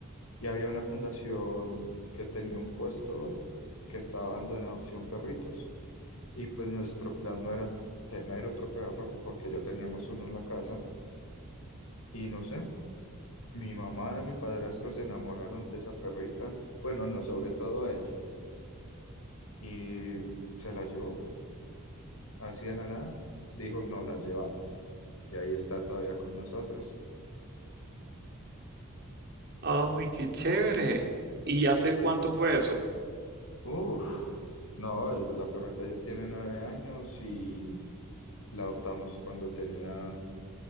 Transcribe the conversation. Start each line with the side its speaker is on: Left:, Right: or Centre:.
Left: y había una fundación que tenía un puesto que estaba dando en adopción perritos. Y pues nuestro plan no era tener otro perro, porque ya teníamos uno en la casa. Y no sé, mi mamá y mi padrastro se enamoraron de esa perrita. Bueno, no, sobre todo a él. Y se la llevó, así de la nada. Dijo, no, la llevamos. Y ahí está todavía con nosotros.
Right: Ay, qué chévere. ¿Y hace cuánto fue eso?
Left: Uf, no, y pues la perrita ya tiene nueve años y la adoptamos cuando tenía